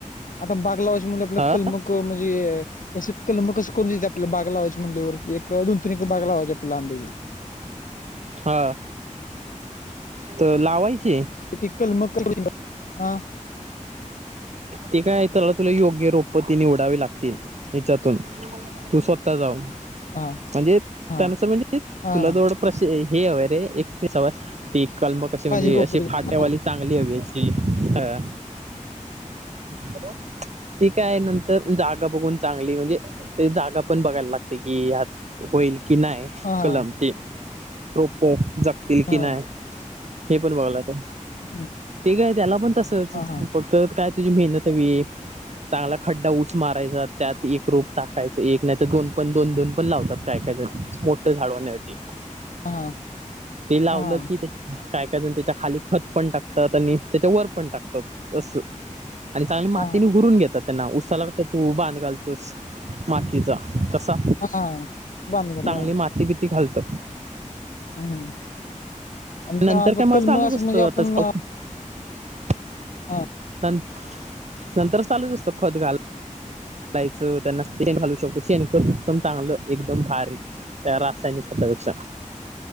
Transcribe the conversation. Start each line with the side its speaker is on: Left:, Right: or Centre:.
Left: आता बाग लावायच्या म्हणजे आपलं
Right: हा
Left: कलमक म्हणजे क.. कलम कसं करून देते आपल्या बाग लावायची म्हणल्यावर एक दोन तीन एक बाग लावायची आपल्याला आंब्याची...
Right: हा तर लावायची
Left: तिकल कलम हा....
Right: ते काय तर तुला योग्य रोप ते निवडावे लागतील हच्यातून तू स्वतः जाऊन...
Left: हा....
Right: म्हणजे
Left: हा
Right: त्यानुसार म्हणजे
Left: हा
Right: तुला जवडं प्रश हे हवं रे एक कलम क.... अशी म्हणजे
Left: पाहिजे रोप
Right: अशी
Left: ते
Right: फाट्यावाली
Left: हा
Right: चांगली हवी अशी ह...
Left: <unintelligible>
Right: हॅलो... ठीक काय नंतर जागा बघून चांगली म्हणजे ते जागा पण बघायला लागते की हायत होईल कि नाही
Left: हा
Right: कलम ते रोपे जगतील
Left: हा
Right: की नाही... हे पण बघला का
Left: हम्म.
Right: आहे त्याला पण तसच
Left: हा हा
Right: फक्त.... काय तुझी मेहनत हवी चांगला खड्डा उच मारायचा त्यात एक रूप टाकायचं एक नाही तर दोन पण दोन दोन पण लावतात काय काय मोठे झाड होण्यासाठी
Left: हा
Right: ते लावलं
Left: हा
Right: की काय त्या त्याच्या खाली खत पण टाकतात आणि त्याच्या वर पण टाकतात असं... आणि चांगली मातीने
Left: हा
Right: उकरुन घेतात त्यांना उसाला कस तू बांध घालतोस मातीचा कसा
Left: हा हा बांधून घेतो
Right: चांगली
Left: हा
Right: माती बिती घालत....
Left: हम्म. आणि
Right: नंतर
Left: त्या-
Right: काय मला
Left: कलम
Right: चालूच
Left: असं
Right: असतो
Left: म्हणजे आपण
Right: आताच <unintelligible>
Left: हा...
Right: नंतर चालूच असत खत घाल... घालायचं त्यांना शेण घालू शकतो शेण कर उत्तम चांगलं एकदम भारी त्या रासायनिक खते... अपेक्षा.